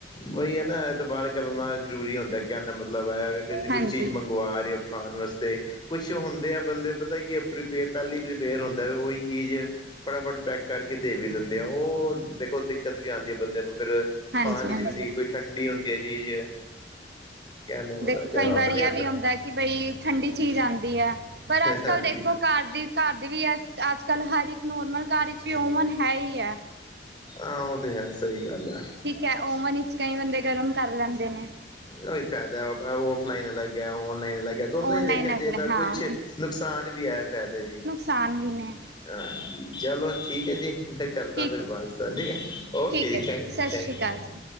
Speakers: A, on the left; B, on the right.
A: ਬਹੀ ਹੈ ਨਾ ਇਹਤ ਬਾਹਰ ਕਰਨਾ ਜ਼ਰੂਰੀ ਹੁੰਦਾ ਹੈ ਕਹਿਨ ਦਾ ਮਤਲਬ ਹੈ ਤੁਸੀਂ ਕੁਛ
B: ਹਾਂਜੀ,
A: ਚੀਜ਼ ਮੰਗਵਾ ਰਹੇ ਹੋ ਖਾਣ ਵਾਸਤੇ ਕੁਛ ਹੁੰਦੇ ਆ ਬੰਦੇ ਪਤਾ ਕੀ ਪ੍ਰੀਪੇਅਰ ਪਹਿਲੀ ਪ੍ਰੀਪੇਅਰ ਹੁੰਦੇ ਨੇ ਉਹੀ ਚੀਜ਼ ਫਟਾਫਟ ਪੈਕ ਕਰਕੇ ਕੇ ਦੇ ਵੀ ਦਿੰਦੇ ਆ ਉਹ ਦੇਖੋਖ ਦਿੱਕਤ ਵੀ ਆਦੀ ਹੈ ਬੰਦੇ ਨੂੰ ਫਿਰ ਖਾਣ
B: ਹਾਂਜੀ, ਹਾਂਜੀ
A: ਚ ਵੀ ਦੇ ਕੋਈ ਠੰਡੀ ਹੁੰਦੀ ਏ ਚੀਜ਼ ਕਹਿੰਦਾ ਪਤਾ
B: ਦੇਖੋ
A: ਚਲੋ
B: ਕਈ
A: ਆਪਣੇ
B: ਵਾਰੀ ਇਹ
A: ਆਪ
B: ਵੀ ਹੁੰਦਾ ਕਿ ਬਈ ਠੰਡੀ ਚੀਜ਼ ਆਦੀ ਹੈ ਪਰ ਅੱਜ-ਕੱਲ੍ਹ
A: ਹਾਂਜੀ
B: ਦੇਖੋ ਘਰ ਦੀ ਘਰ ਦੇ ਵੀ ਹੈ ਅੱਜ-ਕੱਲ੍ਹ ਹਰ ਇੱਕ ਨੋਰਮਲ ਘੱਰ ਵਿੱਚ ਵੀ ਓਵਨ ਹੈ ਹੀ ਹੈ।
A: ਆਹ ਉਹ ਤੇ ਹੈ ਸਹੀ ਗੱਲ ਐ।
B: ਠੀਕ ਹੈ ਓਵਨ ਵਿੱਚ ਕਈ ਬੰਦੇ ਗਰਮ ਕਰ ਲੈਂਦੇ ਨੇ
A: ਉਹਹੀ ਫਾਇਦਾ ਆਪਣਾ ਔਫਲਾਈਨ ਅਲੱਗ ਹੈ ਔਨਲਾਈਨ ਅਲੱਗ ਹੈ ਦੋਨੋਂ
B: ਔਨਲਾਈਨ
A: ਹੀ ਦੇਖਿਆ ਜਾਵੇ
B: ਅਗਲਾ
A: ਤਾਂ ਕੁੱਛ
B: ਹਾਂ
A: ਨੁਕਸਾਨ ਵੀ ਹੈ ਫ਼ਾਇਦੇ ਵੀ
B: ਸਾਨ ਵੀ ਨੇ
A: ਹਾਂ ਚੱਲੋ ਠੀਕ ਐ ਜੀ ਕਰਤਾ
B: ਠੀਕ
A: ਫਿਰ ਬਾਾਜਤਾ ਠੀਕ ਹੈ। ਓਕੇ
B: ਠੀਕ
A: ਜੀ
B: ਹੈ
A: ਥੈਂਕ ਯੂ-ਥੈਂਕ
B: ਸਤਿ ਸ਼੍ਰੀ ਅਕਾਲ
A: ਯੂ
B: ਜੀ